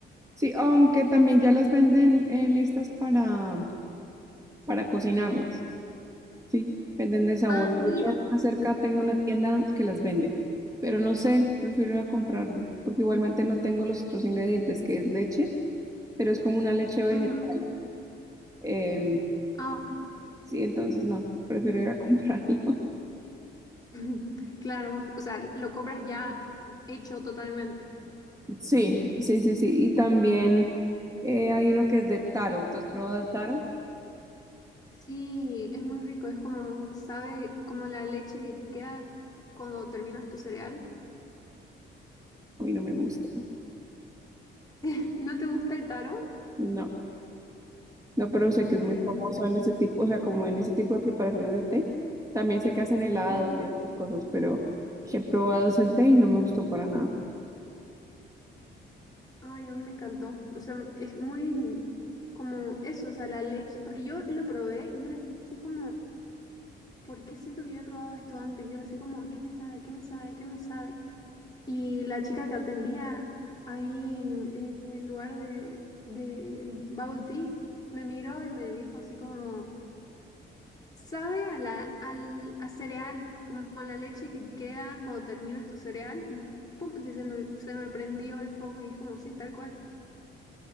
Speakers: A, on the right; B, on the left.
A: Sí, aunque también ya las venden eh, listas para, para cocinarlas. Sí, venden de sabores.
B: Ah,
A: De
B: mira.
A: hecho, acá cerca
B: perfecto.
A: tengo una tienda que las vende, pero no sé, prefiero ir a comprarlo, porque igualmente no tengo los otros ingredientes, que es leche, pero es como una leche vegetal.
B: Ujú.
A: em,
B: Ah,
A: sí, entonces no, prefiero ir a comprarlo. <laughs>
B: <laughs> claro, más- o sea, lo compras ya hecho totalmente.
A: Sí, sí, sí, sí. Y también eh, hay uno que es de taro. ¿Tú has probado el taro?
B: Sí, es muy rico, es como, sabe, como la leche que queda cuando terminas tu cereal.
A: A mí no me gusta.
B: <laughs> ¿No te gusta el taro?
A: No. No, pero sé que
B: Ay,
A: es muy famoso
B: a mí me
A: en ese tipo, o sea, como en ese tipo de preparaciones de té. También sé que hacen helado
B: Ujú.
A: y otras cosas, pero he probado ese té y no me gustó para nada.
B: Ay, a mí me encantó. O sea, es muy como eso, o sea, la leche, porque yo lo probé y ahora así como, ¿por qué siento que yo he probado esto antes? Y ahora así como, ¿a qué me sabe? ¿Qué me sabe? ¿Qué me sabe? Y la chica que atendía ahí en, en el lugar de, de bubble tea me miró y me dijo así como, sabe a la, al, a cereal, como a la leche que queda cuando terminas tu cereal y pum, así se me, se me prendió el foco y es como, sí, tal cual.